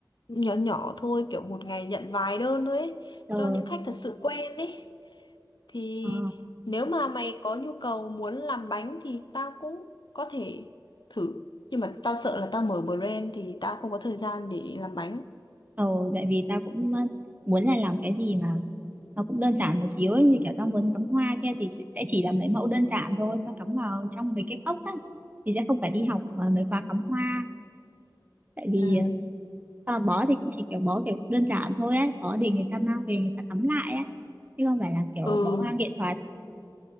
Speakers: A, on the left (about 80°); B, on the right (about 20°).
A: nhỏ nhỏ thôi, kiểu một ngày nhận vài đơn thôi ấy,
B: Ờ,
A: cho những khách thật sự quen ấy. Thì
B: ờ.
A: nếu mà mày có nhu cầu muốn làm bánh thì tao cũng có thể thử. Nhưng mà tao sợ là tao mở brand thì tao không có thời gian để làm bánh.
B: Ừ, tại vì tao cũng ờ, muốn là làm cái gì mà nó cũng đơn giản một xíu ấy, như kiểu tao muốn cắm hoa kia thì sẽ sẽ chỉ là mấy mẫu đơn giản thôi, tao cắm vào trong mấy cái cốc á thì sẽ không phải đi học ờ, mấy khóa cắm hoa, tại vì
A: Ừ.
B: ờ, tao bó thì cũng chỉ kiểu bó kiểu đơn giản thôi á, bó để người ta mang về người ta cắm lại á, chứ không phải là kiểu
A: Ừ.
B: bó hoa nghệ thuật.